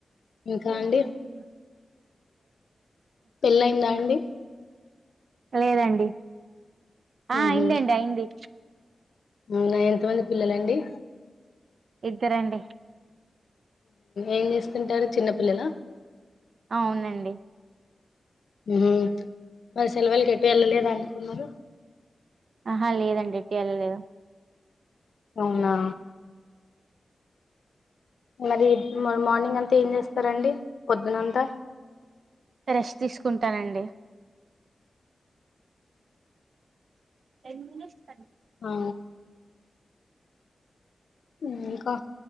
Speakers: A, on the left (about 80°); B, on the right (about 65°).
A: ఇంకా
B: ఉఊల్ంట
A: అండి
B: ఇ
A: పెళ్ళయిందా అండి
B: లేదండి ఆ
A: ఉహు
B: అయిందండి అయింది
A: అవునా ఎంతమంది పిల్లలండి
B: ఇద్దరండి
A: ఏం చేస్తుంటారు చిన్నపిల్లలా
B: అవునండి
A: ఉ మరి సెలవులకి ఎటు ఎళ్ళలేదా అండి పిల్లలు
B: ఆహా లేదండి ఎటు వెళ్ళలేదు
A: అవునా మరి మార్నింగ్ అంతా ఏం చేస్తారండి పొద్దునంతా
B: రెష్ట్ తీసుకుంటానండి <unintelligible>
A: ఆ ఇ ఇంకా